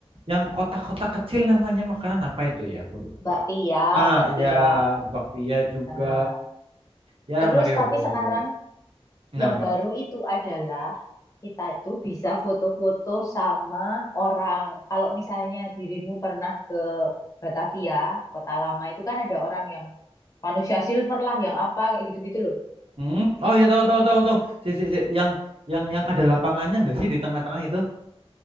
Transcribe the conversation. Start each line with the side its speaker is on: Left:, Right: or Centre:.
Right: yang kotak-kotak kecil namanya makanan apa itu ya aku lupa.
Left: Mbak Pia,
Right: Ah
Left: Mbak Pia.
Right: ya bakpia juga
Left: Nah,
Right: ya
Left: terus
Right: Malioboro.
Left: tapi sekarang
Right: Kenapa?
Left: yang baru itu adalah kita tuh bisa foto-foto sama orang. Kalau misalnya dirimu pernah ke Batavia, kota lama itu kan ada orang yang manusia silver lah, yang apa kayak gitu-gitu loh.
Right: Hmm? Oh ya tahu tahu tahu tahu. Si, si, si. Yang yang yang ada lapangannya nggak sih di tengah-tengah itu?